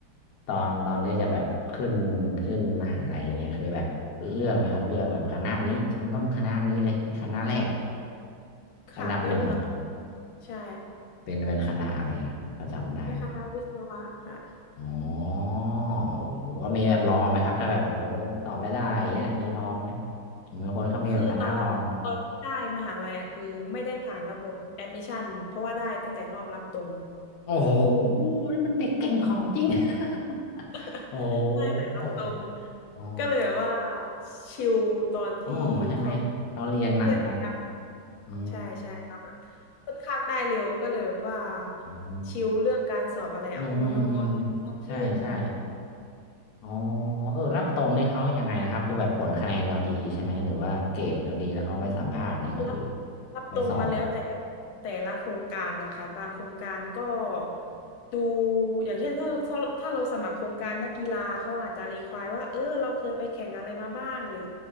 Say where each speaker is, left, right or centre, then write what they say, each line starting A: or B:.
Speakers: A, on the left (about 60°); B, on the left (about 80°).
A: ตอนตอนที่จะแบบขึ้นขึ้นมหาลัยเนี่ยเคยแบบเลือกไหมครับเลือกแบบคณะนี้ฉันต้องคณะนี้เลยคณะแรก
B: ค่ะก็เลือก
A: อันดับหนึ่ง
B: ใช่
A: เป็นเป็นคณะอะไรครับพอจำได้หรือเปล่า
B: คณะวิศวะค่ะ
A: อ๋อโอ้โหว่ามีแบบลองไหมครับถ้าแบบโอ้โหตอบไม่ได้อย่างเงี้ยมีลองไหมผมเป็นคนเขามีแบบคณะลอง
B: คือตอนตอนที่ได้มหาลัยอะคือไม่ได้ผ่านระบบแอดมิชชั่นเพราะว่าได้ตั้งแต่รอบรับตรง
A: โอ้โหนี่มันเด็กเก่งของจริง
B: <laughs>
A: <laughs> โอ้โห
B: ได้ตแต่รับตรง
A: อ๋อ
B: ก็เลยแบบว่าชิลตอนที่เขา
A: อ๋อใช่ไหมเขาเรียนหนักครับ
B: เพื่อนพยายาม
A: อ๋อ
B: ใช่ใช่เราแบบค่อนข้างได้เร็วก็เลยแบบว่า
A: อ
B: ชิลเรื่องการสอบอะไรอะโอนงโอนต้องยื่น
A: ืมอืมอืมใช่ใช่อ๋อเออ รับตรงนี่เขายังไงครับคือแบบผลคะแนนเราดีใช่ไหมหรือว่าเกรดเราดีแล้วเขาไปสัมภาษณ์นี่เหรอหรือ
B: อืมรับรับตรงมาแล้วแต่
A: ไปสอบ
B: แต่ละโครงการนะคะบางโครงการก็ดูอย่างเช่นถ้าถ้าถ้าเราสมัครโครงการนักกีฬาเขาอาจจะรีควายว่าเออเราเคยไปแข่งอะไรมาบ้างหรือ